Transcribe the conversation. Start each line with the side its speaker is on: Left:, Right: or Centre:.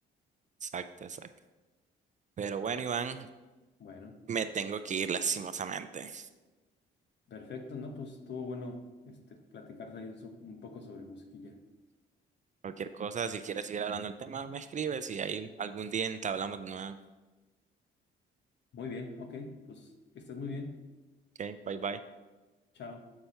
Right: Exacto, exacto. Pero bueno, Iván,
Left: Bueno,
Right: me tengo que ir lastimosamente.
Left: perfecto, ¿no? Pues estuvo bueno este, platicarse ahí un, so- un poco sobre musiquilla.
Right: Cualquier cosa, si quieres seguir hablando del tema, me escribes y ahí algún día entablamos de nuevo.
Left: Muy bien, ok, pues que estés muy bien.
Right: Ok, bye bye.
Left: Chao.